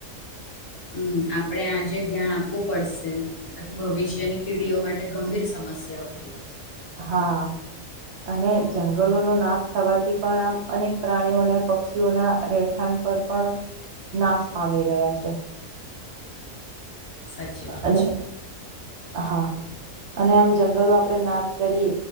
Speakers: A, on the left (about 65°); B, on the right (about 65°).
A: હમ, આપડે આજે ધ્યાન આપવું પડશે બાકી ભવિષ્યની પીઢીઓ માટે ગંભીર સમ સમસ્યાઓ થઈ, જશે
B: હા અને જંગલો ન નાશ થવાથી. પણ આમ અનેક પ્રાણીઓ અને પક્ષીઓના રહેઠાણ પર પણ, નાશ પામી રહ્યા છે.
A: સાચી વાત
B: અને,
A: છે
B: હા અને આમ જંગલો આપણે નાશ, કરીએ